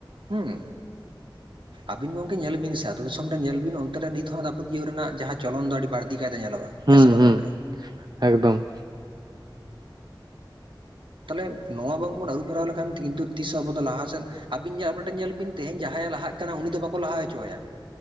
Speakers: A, on the right; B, on the right.
A: ᱦᱩᱸ ᱟᱹᱵᱤᱱ ᱜᱚᱝᱠᱮ ᱧᱮᱞ ᱵᱤᱱ ᱥᱮ ᱟᱹᱛᱩ ᱫᱤᱥᱚᱢ ᱨᱮ ᱧᱮᱞ ᱵᱤᱱ ᱚᱱᱛᱮᱨᱮ ᱱᱤᱛ ᱦᱚᱸ ᱟᱸᱫᱷᱟ ᱯᱟᱹᱛᱭᱟᱹᱣ ᱨᱮᱱᱟᱜ ᱡᱟᱦᱟᱸ ᱪᱚᱞᱚᱱ ᱫᱚ ᱟᱹᱰᱤ ᱵᱟᱹᱲᱛᱤ ᱠᱟᱛᱮ ᱧᱮᱞᱚᱜ ᱠᱟᱱᱟ ᱾
B: ᱦᱩᱸ
A: ᱦᱮᱸ ᱥᱮ ᱵᱟᱝ
B: ᱦᱩᱸ
A: ᱜᱚᱝᱠᱮ?
B: ᱮᱠᱫᱚᱢ
A: ᱛᱟᱦᱚᱞᱮ ᱱᱚᱣᱟ ᱵᱟᱝᱵᱚᱱ ᱟᱹᱨᱩ ᱯᱷᱮᱨᱟᱣ ᱞᱮᱠᱷᱟᱱ ᱠᱤᱱᱛᱩ ᱛᱤᱥ ᱦᱚᱸ ᱟᱵᱚ ᱫᱚ ᱞᱟᱦᱟ ᱥᱮᱫ ᱟᱵᱤᱱ ᱧᱮᱞ ᱟᱨ ᱢᱤᱫᱴᱮᱱ ᱧᱮᱞ ᱵᱤᱱ ᱛᱮᱦᱤᱧ ᱡᱟᱦᱟᱸᱭᱮ ᱞᱟᱦᱟᱜ ᱠᱟᱱᱟ ᱩᱱᱤ ᱫᱚ ᱵᱟᱠᱚ ᱞᱟᱦᱟ ᱦᱚᱪᱚ ᱟᱭᱟ ᱾